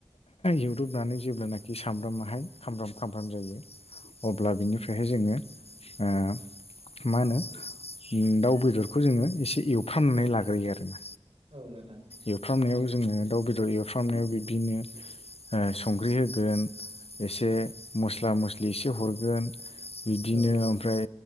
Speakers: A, on the left; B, on the right.
A: इउदुबनानै जेब्लानाखि सामब्रामाहाय खामब्राम खामब्राम जायो अब्ला बिनिफ्रायहाय जोङो ओ मा होनो उम दाउ बेदरखौ जोङो एसे एवफ्रामनानै लाग्रोयो आरोना।
B: औ नोंथां
A: एवफ्रामनायाव जोङो दाउ बेदर एवफ्रामनायाव बिब्दिनो ओ संख्रि होगोन एसे मस्ला मस्लि एसे हरगोन बिब्दिनो
B: औ नोंथां
A: ओमफ्राय